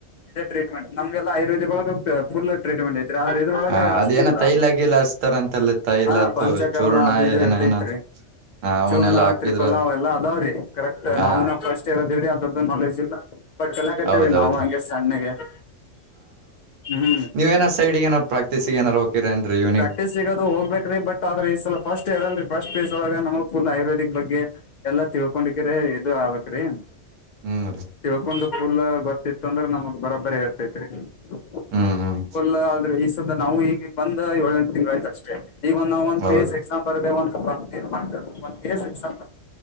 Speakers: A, on the left; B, on the right.
A: ಇದೇ ಟ್ರೀಟ್ಮೆಂಟ್. <unintelligible> ನಮ್ಗೆಲ್ಲ ಆಯುರ್ವೇದ! ಒಳ ಫುಲ್ ಟ್ರೀಟ್ಮೆಂಟ್ ಐತ್ರಿ. <inaudible> ಇದ್ರೊಗ
B: ಹ
A: ಆಸ್ತಿಲ್ಲಾ
B: ಅದೇನ ತೈಲ ಗೀಲ ಹಚ್ತಾರಂತಲ್ಲ ತೈಲ
A: ಹಾ
B: ತು
A: ಪಂಚಕರ್ಮ
B: ಚೂರ್ಣ
A: ಅದು ಇದು
B: ಏನ
A: ಇರ್ತೈತ್ರಿ?
B: ಏನ
A: <inaudible>
B: ಅವನೆಲ್ಲಾ
A: ಚೂರ್ಣ
B: ಹಾಕಿದ್ರ
A: ತ್ರಿಪಾ ಅವೆಲ್ಲ! ಅದಾವ್ರೀ, ಕರೆಕ್ಟ್
B: ಹಾ
A: ನಾವಿನ ಫಸ್ಟ್, ಇಯರ್ ಇದದೇವ್ರೀ, ಅದ್ರದ್ದು ನಾಲೆಜ್ ಇಲ್ಲ. <inaudible> ಬಟ್ ಕಲಾಕತಿವೀ!
B: ಹೌದೌದು
A: ನಾವು ಹಂಗೆ ಸಣ್ಣಗೆ? <inaudible> ಹ್ಮ್
B: ನೀವು ಏನ ಸೈಡ್ಗೆ! ಏನೋ ಪ್ರಟಿಸಗಾ ಏನ್ಯಾದರು? <inaudible> ಕಿರಣನ್ರಿ! <inaudible>
A: ಪ್ರಾಕ್ಟೀಸ್ ಸಿಗೋದು ಹೋಗ್ಬೇಕ್ರಿ! ಬಟ್ ಆದ್ರೆ ಈ ಸಲ ಫಸ್ಟ್ ಹೇಳರಲ್ರಿ? ಫಸ್ಟ್ಸ್, ಒಳಗೆ ನಮ್ ಫುಲ್ ಆಯುರ್ವೇದಿಕ್ ಬಗ್ಗೆ? <inaudible> ಎಲ್ಲಾ ತಿಳುಕೊಂಡುಕೆರಿ! ಇದು ಆಗುತ್ತೂರಿ. <inaudible>
B: ಹ್ಮ. <inaudible>
A: ತಿಳ್ಕೊಂಡು ಫುಲ್! ಗೊತ್ತಿತ್ತು ಅಂದ್ರೆ ನಮ್ದ ಬರಾಬರಿ ಇರ್ತೈತ್ರಿ? <inaudible>
B: ಹ್ಮ್ ಹ್ಮ್
A: ಫುಲ್ ಆದ್ರೆ! ಈ ಸಲ ನಾವು ಈಗ ಬಂದ ಏಳೆಂಟು ತಿಂಗಳ ಆಯ್ತು ಅಷ್ಟೇ? <inaudible> ಈಗ ನಾವು ಒಂದ್
B: ಹೌದು
A: ಪಿಯುಸಿ ಎಕ್ಸಾಮ್ ಬರ್ದೇ ಬಾ ಅಂದೇ? <unintelligible> ಒಂದ್ ಪೇಜ್! ಎಕ್ಸ